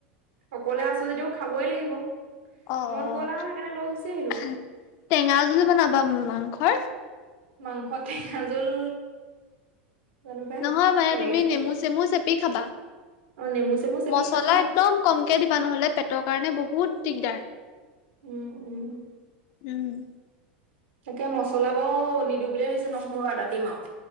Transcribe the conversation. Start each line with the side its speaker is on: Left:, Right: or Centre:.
Right: অকলে আছো যদিও খাবই লাগিব।
Left: অ'
Right: মন
Left: অ'
Right: গ'ল আৰু সেইকাৰণে লৈ গুচি আহিলোগে
Left: টেঙা জুল বনাবা মাংসৰ
Right: মাংস টেঙা জোল জানো পাই
Left: নহয় মানে
Right: কেনেকে
Left: তুমি
Right: খাই
Left: নেমু চেমু চেপি কি খাবা
Right: অ নেমু চেমু চেপি
Left: মছলা
Right: খাম বাৰু
Left: একদম কমকে দিবা নহ'লে পেটৰ কাৰণে বহুত বহুত দিগদাৰ
Right: উম, উম।
Left: উম
Right: তাকে মছলা বাৰু নিদিওঁ বুলিয়ে ভাবিছো নহৰু আদা দিম আৰু